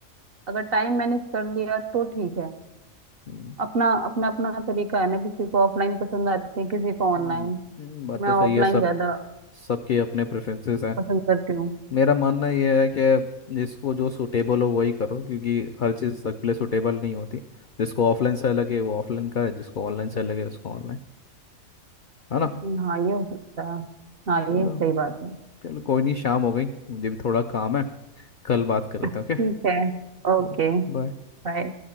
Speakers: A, on the right; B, on the left.
A: अगर टाइम मैनेज कर लिया तो ठीक है
B: हम्म,
A: अपना अपना अपना तरीका है ना किसी को ऑफलाइन पसंद आती है किसी को ऑनलाइन
B: हम्म, हम्म, बात
A: मैं
B: तो
A: ऑफलाइन
B: सही है सब
A: ज्यादा
B: सबके अपने प्रेफरेंसेस हैं
A: पसंद करती हूँ
B: मेरा मानना यह है कि जिसको जो सूटेबल हो वही करो क्योंकि हर चीज़ सबके लिए सूटेबल नहीं होती जिसको ऑफलाइन से लगे वो ऑफलाइन करे जिसको ऑनलाइन से लगे उसको ऑनलाइन है ना
A: हाँ ये हो सकता है हाँ ये
B: चलो
A: सही बात है
B: चलो कोई नहीं शाम हो गई मुझे भी थोड़ा काम है कल बात करते
A: ठीक
B: हैं
A: है ओके
B: ओके बाय
A: बाय